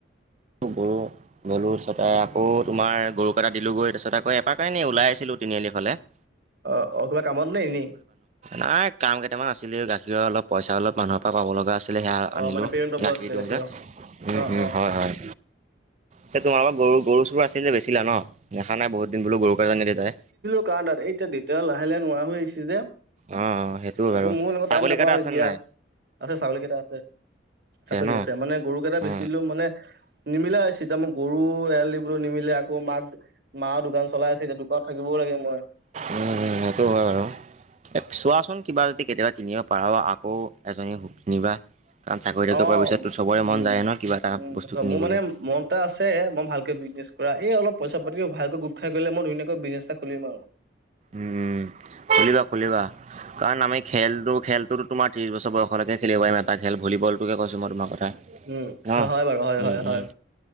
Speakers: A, on the right; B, on the right.
A: বাৰো। গ'লো তাৰপিছতে আকৌ তোমাৰ গৰু কেইটা দিলোগৈ। তাৰপিছত আকৌ এপাক এনেই ওলাই আহিছিলোঁ, তিনিআলি ফালে। উম।
B: অ- অ, কিবা কামত নে, এনে?
A: নাই কাম কেইটামান আছিলে, গাখীৰৰ অলপ পইচা অলপ, মানুহৰ পৰা পাব লগা আছিল। সেইয়া
B: অ
A: আনিলোঁ
B: মানে পেমেণ্ট পাব
A: গাখীৰ
B: আছিলে
A: দিওঁ
B: গাখীৰৰ
A: যে। উম-
B: অ
A: উম,
B: অ
A: হয়- হয়। যে তোমাৰলোকৰ গৰু- গৰু- চৰু আছিল যে বেছিলা ন? দেখা নাই বহুত দিন বোলো গৰু গাইজনি তাই।
B: কাৰ তাত, এতিয়া দিগদাৰ লাহে- লাহে নোৱাৰা হৈ আহিছে যে।
A: অ অ সেইটো
B: তাত
A: বাৰু
B: এ, মইও সেইনেকে
A: ছাগলী
B: টাইম নাপাও
A: কেইটা আছে
B: এতিয়া,
A: নে নাই?
B: আছে ছাগলী কেইটা আছে। ছাগলী
A: ন
B: আছে,
A: অ
B: মানে গৰুকেইটা বেচি
A: অ
B: দিলোঁ মানে নিমিলা হৈছে। এতিয়া গৰু এৰাল দিব, নিমিলে আকৌ মাক মা দোকান চলাই আছে এতিয়া, দোকানত থাকিবও লাগে মই।
A: উম, সেইটো হয় বাৰু। চোৱাচোন কিবা যদি কেতিয়াবা কিনিব পাৰা আকৌ এজনী কিনিবা। কাৰণ চাকৰি তাকৰি
B: অ
A: পোৱাৰ পিছত চবৰে
B: উম
A: মন যায় ন, কিবা এটা
B: উম
A: বস্তু কিনিবলৈ।
B: মোৰ মানে মন এটা আছে। মই ভালকে বিজনেছ কৰা এই অলপ পইচা পাতি ভালকৈ গোট খাই গলে মই ধুনীয়াকৈ বিজনেছ এটা খুলিম আৰু।
A: উম, খুলি লোৱা, খুলি লোৱা, কাৰণ আমি খেলটো- খেলটোৰ তোমাৰ ত্ৰিশ বছৰ বয়সলৈ খেলিব পাৰি এটা খেল। ভলীবলটোকে কৈছোঁ, তোমাৰ কথা।
B: উম,
A: ন?
B: হয় বাৰু, হয়-
A: উম,
B: হয়- হয়।
A: উম।